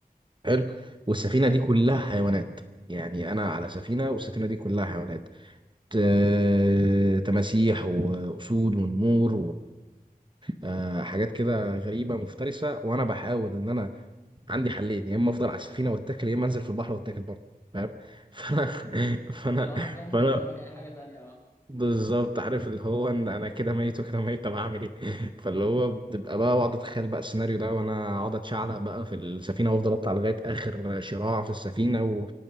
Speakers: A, on the right; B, on the left.
A: حلو والسفينه
B: ايوه
A: دي كلها حيوانات يعني انا على سفينه والسفينه دي كلها حيوانات آه، تماسيح واسود ونمور وحاجات كده غريبه مفترسه وانا بحاول ان انا عندي حلين يا اما افضل على السفينه واتكل يا اما انزل في البحر واتكل برضه فاهم <laughs> فانا
B: اوف
A: فانا
B: اللي هو حرفيا مش
A: فانا
B: قدامك اي حاجه تانية اه
A: بالظبط عارف اللي هو ان انا كده ميت وكده ميت طب هعمل ايه <laughs> فاللي هو بتبقى بقى بقعد اتخيل بقى السيناريو ده وانا اقعد اتشعلق بقى في السفينه وافضل اطلع لغايه اخر شراع في السفينه